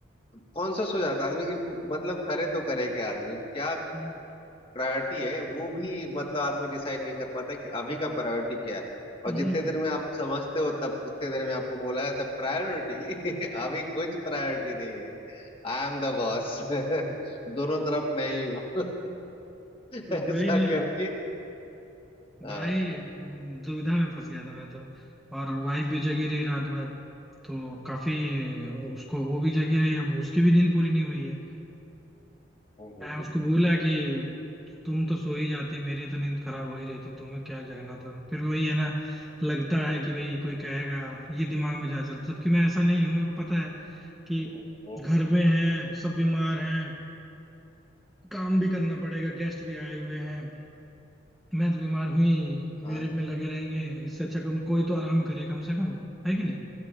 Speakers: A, on the left; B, in the centre.
A: कॉन्शस हो जाता है आदमी कि मतलब करे तो करे क्या आदमी क्या
B: हम्म
A: प्रायोरिटी है वो भी मतलब आदमी डिसाइड नहीं कर पाता है कि अभी का प्रायोरिटी क्या है
B: हम्म,
A: और जितने देर में आप समझते हो तब उतने देर में आपको बोला जाता है प्रायोरिटी <laughs> अभी कुछ प्रायोरिटी नहीं है I am the boss <laughs> दोनों तरफ मैं ही हूँ <laughs>
B: तो
A: ऐसा
B: वही ना
A: करके हाँ
B: बड़ा ही हम्म, दुविधा में फंस गया था मैं तो और वाइफ भी जगी रही रात भर तो काफी उसको वो भी जगी रही है उसकी भी नींद पूरी नहीं हुई है
A: हम्म,
B: मैं
A: हम्म,
B: उसको
A: हम्म,
B: बोला कि तुम तो सो ही जाती मेरी तो नींद खराब हो ही रही थी तुम्हें क्या जगना था फिर वही है ना लगता है कि भाई कोई कहेगा ये दिमाग में जा चलता जबकि मैं ऐसा नहीं हूँ मेरे को पता है कि
A: हम्म, हम्म,
B: घर में है सब बीमार हैं काम भी करना पड़ेगा गेस्ट भी आए हुए हैं मैं तो बीमार हुई मेरे
A: हाँ,
B: में लगे रहेंगे इससे अच्छा कम कोई तो आराम करे कम से कम है कि नहीं